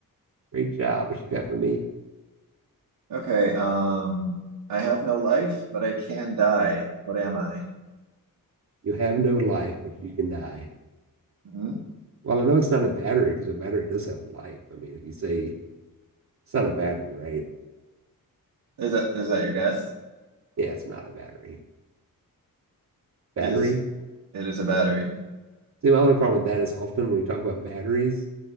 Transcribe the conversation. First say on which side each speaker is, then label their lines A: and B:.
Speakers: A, on the right (about 50°); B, on the right (about 75°).
A: Great job. What you got for me?
B: Okay, um, I have no life, but I can die. What am I?
A: You have no life, but you can die.
B: Hmm?
A: Well, I know it's not a battery because a battery does have life. I mean, if you say it's not a battery, right?
B: Is that is that your guess?
A: Yeah, it's not a battery. Battery.
B: Is it is a battery?
A: See, my only problem with that is often when you talk about batteries,